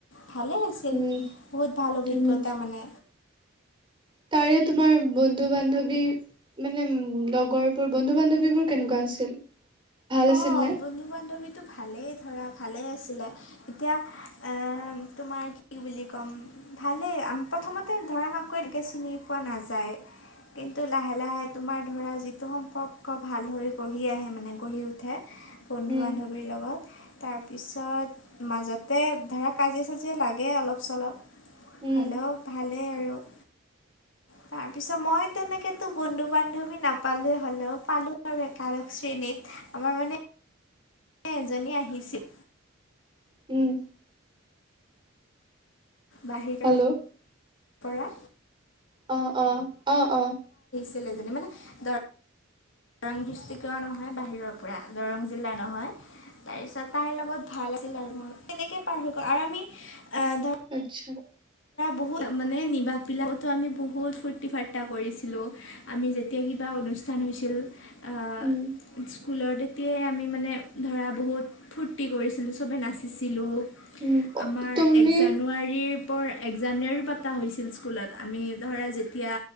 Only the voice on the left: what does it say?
ভালে আছিল,
বহুত ভাল অভিজ্ঞতা
মানে।
অ'
বন্ধু-বান্ধৱীতো ভালেই ধৰা ভালেই আছিলে, এতিয়া এ তোমাক কি বুলি কম, ভালেই। আম প্ৰথমতে ধৰা কাকো এনেকে চিনি পোৱা নাযায়। কিন্তু লাহে লাহে তোমাৰ ধৰা যিটো সম্পৰ্ক ভাল হৈ গঢ়ি আহে মানে গঢ়ি উ উঠে বন্ধু-বান্ধৱীৰ
লগত তাৰপিছত মাজতে ধৰা কাজিয়া- চাজিয়া লাগে অলপ চলপ।
হলেও ভালেই আৰু।
তাৰপিছত মই তেনেকেতো বন্ধু-বান্ধৱী নাপালোৱেই হলেও পালো আৰু একাদশ শ্ৰেণীত। আমাৰ মানে এ এজনী আহিছিল
বাহিৰৰ
পৰা।
ছিল এইজনী মানে দৰ দৰং ডিষ্ট্ৰিকৰ নহয়, বাহিৰৰ পৰা দৰং জিলা নহয়। তাৰ পিছত তাইৰ লগত ভাল আছিল আৰু মোৰ তেনেকে পাৰ হৈ গ'ল আৰু আমি আহ ধৰ
বহুত মানে নিবাস বিলাকতো আমি বহুত ফূৰ্তি- ফাৰ্তা কৰিছিলো আমি যেতিয়া কি এটা অনুষ্ঠান হৈছিল আ
স্কুলত এতিয়াই আমি মানে ধৰা বহুত ফূৰ্তি কৰিছিলো, চবে নাচিছিলো।
আমাৰ
এক জানুৱাৰীৰ পৰ এক জানুৱাৰী পাতা হৈছিল স্কুলত, আমি ধৰা যেতিয়া